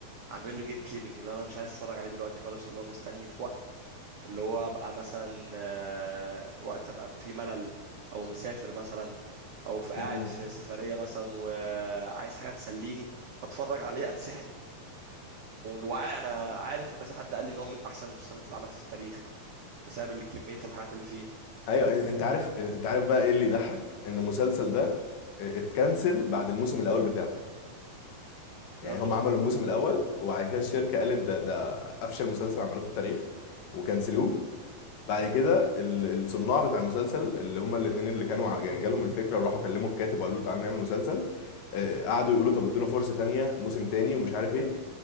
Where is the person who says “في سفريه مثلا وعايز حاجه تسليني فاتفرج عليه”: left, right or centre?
Right